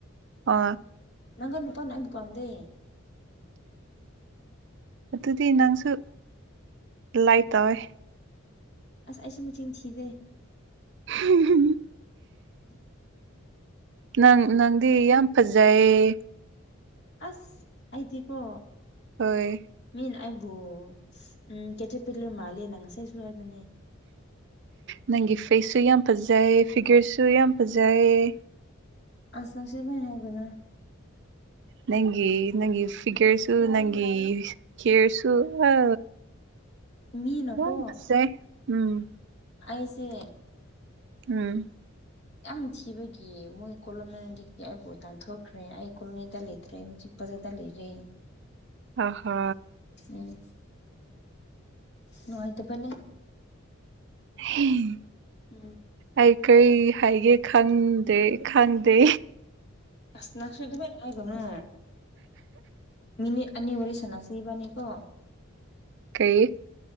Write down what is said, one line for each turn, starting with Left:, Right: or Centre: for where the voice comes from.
Right: ꯑ
Left: ꯅꯪꯔ ꯅꯨ ꯄꯥꯎ ꯅ ꯑꯕꯨ ꯄꯥꯝꯗꯦ
Right: ꯑꯗꯨꯗꯤ ꯅꯪꯁꯨ ꯂꯥꯏ ꯇꯧꯋꯦ
Left: ꯑꯁ ꯑꯩꯁꯨ ꯃꯆꯤꯡ ꯊꯤꯗꯦ
Right: ꯍꯣꯏ
Left: ꯎ
Right: ꯅꯪ ꯅꯪꯗꯤ ꯌꯥꯝ ꯐꯖꯩꯌꯦ
Left: ꯑꯁ ꯑꯩꯗꯤꯀꯣ
Right: ꯍꯣꯏ
Left: ꯃꯤ ꯑꯩꯕꯨ ꯎꯝ ꯀꯦꯇ꯭ꯔ ꯄꯤꯂ ꯃꯥꯂꯦ ꯅꯪ ꯉꯁꯥꯏꯁꯨ ꯍꯥꯏꯕꯅꯦ
Right: ꯅꯪꯒꯤ ꯐꯦꯁꯁꯨ ꯌꯥꯝ ꯐꯖꯩ ꯐꯤꯒꯔꯁꯨ ꯌꯥꯝ ꯐꯖꯩ
Left: ꯑꯁ ꯅꯪꯁꯤ ꯅ ꯍꯥꯏꯕꯅ
Right: ꯅꯪꯒꯤ ꯅꯪꯒꯤ ꯐꯤꯒꯔꯁꯨ ꯅꯪꯒꯤ ꯀꯦꯔꯁꯨ ꯑ
Left: ꯃꯤꯅꯀꯣ
Right: ꯌꯥꯁꯦ ꯎꯝ
Left: ꯑꯩꯁꯦ
Right: ꯎꯝ
Left: ꯌꯥꯝ ꯊꯤꯕꯒꯤ ꯃꯣꯏ ꯀꯣꯂꯣꯅꯤꯗꯒꯤ ꯑꯩꯕꯨ ꯇꯥꯟꯊꯣꯛꯈ꯭ꯔꯦ ꯑꯩ ꯀꯣꯂꯣꯅꯤꯗꯇ ꯅꯠꯇ꯭ꯔꯦ ꯍꯧꯖꯤꯛ ꯕꯖꯥꯗ ꯂꯩꯔꯦ
Right: ꯑꯍꯣ
Left: ꯎꯝ ꯅꯨꯡꯉꯥꯏꯇ ꯐꯅꯦ
Right: <inaudible>
Left: ꯎꯝ
Right: ꯑꯩ ꯀꯔꯤ ꯍꯥꯏꯒꯦ ꯈꯪꯗꯦ ꯈꯪꯗꯦ
Left: ꯁꯅꯁꯨꯏꯗꯕ ꯂꯒꯣꯅꯣ ꯃꯤꯅꯤꯠ ꯑꯅꯤ ꯋꯥꯔꯤ ꯁꯅꯁꯤꯕꯅꯤꯀꯣ
Right: ꯀꯩ